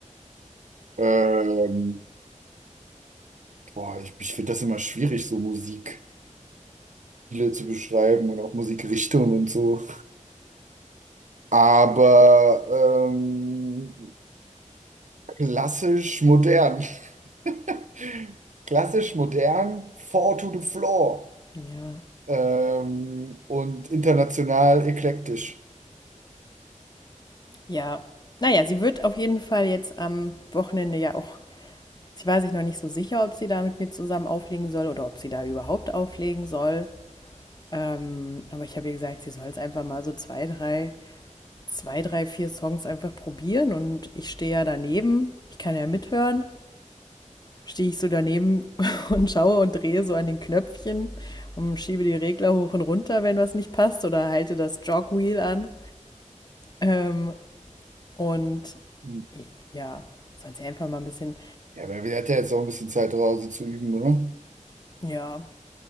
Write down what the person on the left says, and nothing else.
Ja,
Ja, naja, sie wird auf jeden Fall jetzt am Wochenende ja auch, sie war sich noch nicht so sicher, ob sie da mit mir zusammen auflegen soll oder ob sie da überhaupt auflegen soll. Ähm, aber ich habe ihr gesagt, sie soll es einfach mal so zwei, drei, zwei, drei, vier Songs einfach probieren und ich stehe ja daneben, ich kann ja mithören. Stehe ich so daneben <laughs> und schaue und drehe so an den Knöpfchen und schiebe die Regler hoch und runter, wenn was nicht passt, oder halte das Jogwheel an. Ähm, Und
ja, soll sie einfach mal ein bisschen,
ja.